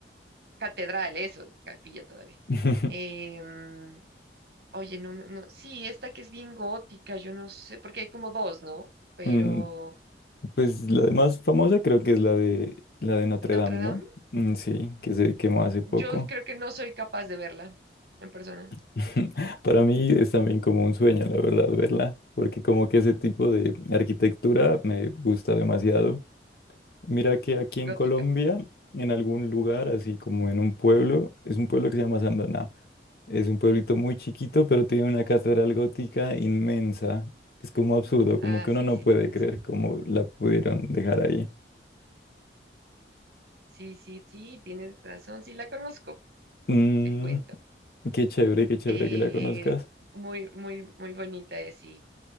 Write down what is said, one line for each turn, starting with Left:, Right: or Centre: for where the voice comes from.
Right: catedral, eso, capilla todavía.
Left: <laughs>
Right: Eh, mm, oye, no, me- no, sí, esta que es bien gótica, yo no sé, porque hay como dos, ¿no? Pero
Left: Mm, pues la más famosa creo que es la de la de Notre
Right: Notre
Left: Dame, ¿no?
Right: Dame.
Left: Mm, sí, que se quemó hace poco.
Right: Yo creo que no soy capaz de verla en persona.
Left: <laughs> Para mí es también como un sueño, la verdad, verla, porque como que ese tipo de arquitectura me gusta demasiado. Mira que aquí
Right: Gótica.
Left: en Colombia, en algún lugar, así como en un pueblo, es un pueblo que se llama Sandoná. Es un pueblito muy chiquito, pero tiene una catedral gótica inmensa. Es como absurdo,
Right: Ah,
Left: como que
Right: sí,
Left: uno no
Right: sí,
Left: puede
Right: la conozco.
Left: creer cómo la pudieron dejar ahí.
Right: Sí, sí, sí, tienes razón, sí, la conozco,
Left: Mm,
Right: te cuento.
Left: qué chévere, qué chévere
Right: Eh,
Left: que la conozcas.
Right: muy, muy, muy bonita es, sí.